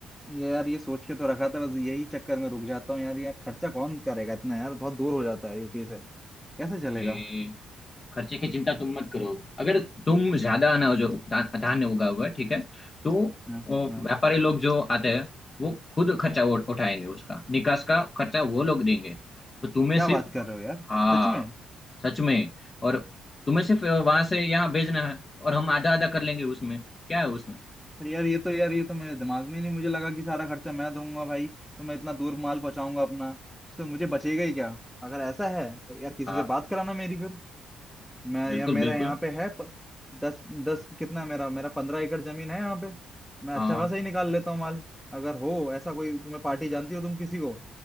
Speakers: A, in the centre; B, on the left.
A: ये यार ये सोच के तो रखा था बस यही चक्कर में रुक जाता हूँ यार ये खर्चा कौन करेगा इतना यार बहुत दूर हो जाता है यूपी से कैसे चलेगा
B: अरे खर्चे की चिंता तुम मत करो अगर तुम ज्यादा अनाज जो धा- धान्य उगा हुआ है ठीक है तो
A: हम्म
B: अ, व्यापारी
A: हम्म
B: लोग जो आते हैं वो खुद खर्चा उ- उठाएंगे उसका निकास का खर्चा वो लोग देंगे तो तुम्हें
A: क्या
B: सिर्फ
A: बात कर रहे हो यार
B: हाँ
A: सच में
B: सच में और तुम्हें सिर्फ वहां से यहाँ भेजना है और हम आधा आधा कर लेंगे उसमें क्या है उसमें
A: अरे यार ये तो यार ये तो मेरे दिमाग में ही नहीं मुझे लगा कि सारा खर्चा मैं दूंगा भाई तो मैं इतना दूर माल पहुंचाऊंगा अपना उसका मुझे बचेगा ही क्या अगर ऐसा है यार किसी
B: हाँ
A: से बात कराना मेरी फिर मैं
B: बिल्कुल
A: या मेरा
B: बिल्कुल
A: यहाँ पे है प, दस दस कितना है मेरा मेरा पंद्रह एकड़ जमीन है यहाँ पे मैं अच्छा
B: हाँ
A: खासा ही निकाल लेता हूँ माल अगर हो ऐसा कोई तुम्हें पार्टी जानती हो तुम किसी को